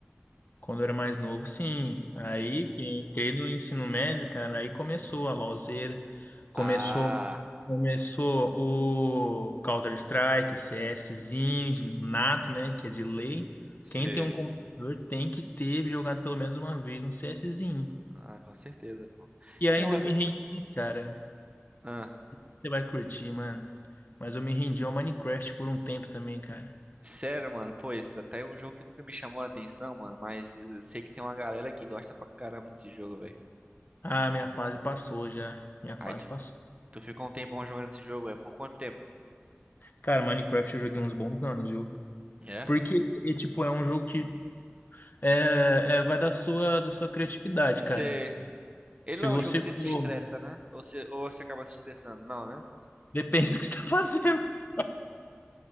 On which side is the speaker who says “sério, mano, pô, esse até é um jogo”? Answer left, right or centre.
Right